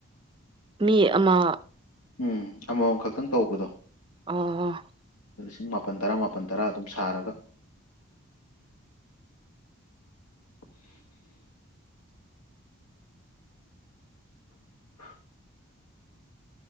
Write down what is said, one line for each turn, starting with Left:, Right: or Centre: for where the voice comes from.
Right: ꯃꯤ ꯑꯃ
Left: ꯎꯝ ꯑꯃꯃꯝ ꯈꯛꯇꯪ ꯇꯧꯕꯗꯣ
Right: ꯑꯣ
Left: ꯄꯨꯡ ꯃꯥꯄꯜ ꯇꯔꯥ ꯃꯥꯄꯜ ꯇꯔꯥ ꯑꯗꯨꯝ ꯁꯥꯔꯒ <inaudible> ꯍꯨ